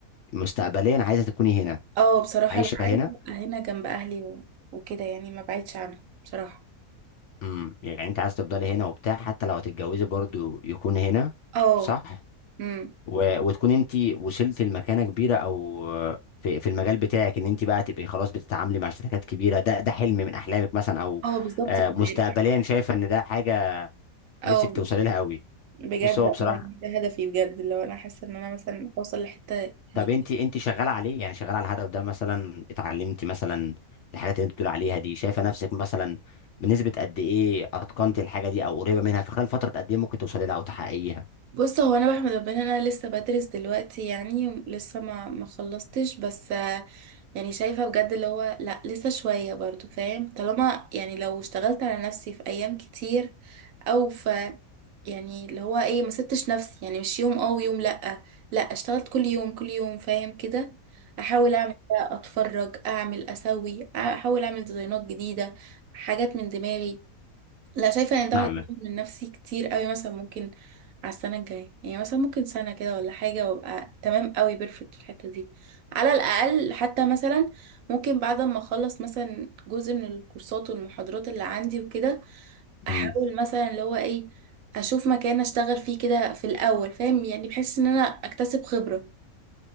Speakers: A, on the left; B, on the right.
A: مستقبليا عايزه تكوني هنا
B: اه بصراحه
A: عايشه
B: لا عايزه
A: هنا
B: ابقى هنا جنب اهلي و- وكده يعني ما بعيدش عنهم بصراحه
A: امم يعني انت عايز تفضلي هنا وبتاع حتى لو هتتجوزي برضو يكون هنا
B: اه
A: صح
B: امم
A: و... وتكون انت وصلت لمكانه كبيره او آه، في في المجال بتاعك ان انت بقى تبقي خلاص بتتعاملي مع شركات كبيره ده ده حلم من احلامك مثلا او
B: اه بالظبط
A: آه،
B: كده
A: مستقبليا
B: يعني.
A: شايفه ان ده حاجه
B: اه
A: نفسك توصلي لها قوي
B: بجد
A: بس هو
B: اه
A: بصراحه
B: يعني ده هدفي بجد لو انا حاسه ان انا مثلا اوصل لحته يعني
A: طب انت انت شغاله عليه يعني شغاله على الهدف ده مثلا اتعلمتي مثلا الحاجات اللي انت بتقول عليها دي شايفه نفسك مثلا بنسبه قد ايه اتقنتي الحاجه دي او قريبه منها في خلال فتره قد ايه ممكن توصلي لها او تحققيها
B: بص هو انا بحمد ربنا إن انا لسه بدرس دلوقتي يعني لسه ما ما خلصتش بس آه، يعني شايفه بجد اللي هو لا لسه شويه برضو فاهم طالما يعني لو اشتغلت على نفسي في ايام كتير او في يعني اللي هو ايه ما سبتش نفسي يعني مش يوم اه ويوم لا لا اشتغلت كل يوم كل يوم فاهم كده احاول اعمل ده اتفرج اعمل اسوي احاول اعمل ديزاينات جديده حاجات من دماغي لا شايفة ان ده
A: فاهمك
B: هيطور من نفسي كتير قوي مثلا ممكن على السنة الجاية يعني مثلا ممكن سنة كده ولا حاجة وابقى تمام قوي بيرفكت في الحتة دي على الأقل حتى مثلا ممكن بعد ما اخلص مثلا جزء من الكورسات والمحاضرات اللي عندي وكده احاول
A: امم
B: مثلا اللي هو ايه اشوف مكان اشتغل فيه كده في الأول فاهم يعني بحس ان انا اكتسب خبرة